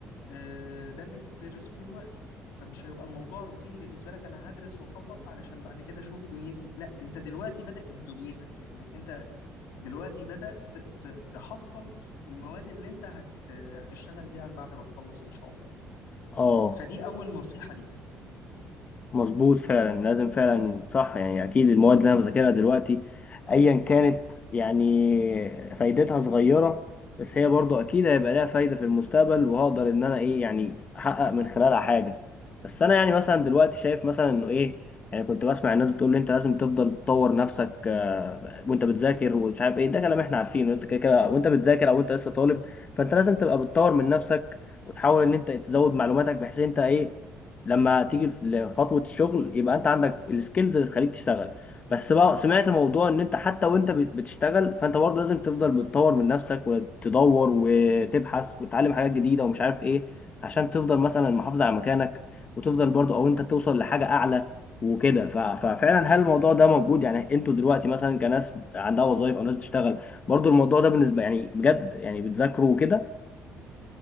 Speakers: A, on the left; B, on the left.
A: آه، ده اللي انت بتدرسه دلوقتي فمش هيبقى الموضوع روتيني بالنسبه لك انا هدرس واخلص علشان بعد كده اشوف دنيتي لا انت دلوقتي بدات دنيتك لانك انت دلوقتي بدات ت- تحصل المواد اللي انت هت هتشتغل بيها بعد ما تخلص ان شاء الله
B: اه
A: فدي اول نصيحه ليك
B: مظبوط فعلا لازم فعلا صح يعني اكيد المواد اللي انا بذاكرها دلوقتي ايا كانت يعني فايدتها صغيره بس هي برضو اكيد هيبقى لها فايده في المستقبل وهقدر ان انا ايه يعني احقق من خلالها حاجه بس انا يعني مثلا دلوقتي شايف مثلا انه ايه يعني كنت بسمع الناس بتقول لي انت لازم تفضل تطور نفسك آه، وانت بتذاكر ومش عارف ايه ده كلام احنا عارفينه انت كده كده وانت بتذاكر او انت لسه طالب فانت لازم تبقى بتطور من نفسك وتحاول ان انت تزود معلوماتك بحيث انت ايه لما تيجي لخطوة الشغل يبقى انت عندك السكيلز اللي تخليك تشتغل بس بقى سمعت موضوع ان انت حتى وانت بت- بتشتغل فانت برضه لازم تفضل بتطور من نفسك وتدور وتبحث وتتعلم حاجات جديدة ومش عارف ايه عشان تفضل مثلا محافظ على مكانك وتفضل برضه او انت توصل لحاجة اعلى وكده ف- ففعلا هل الموضوع ده موجود يعني انتوا دلوقتي مثلا كناس عندها وظائف او ناس بتشتغل برضه الموضوع ده بالنسبة يعني بجد يعني بتذاكروا وكده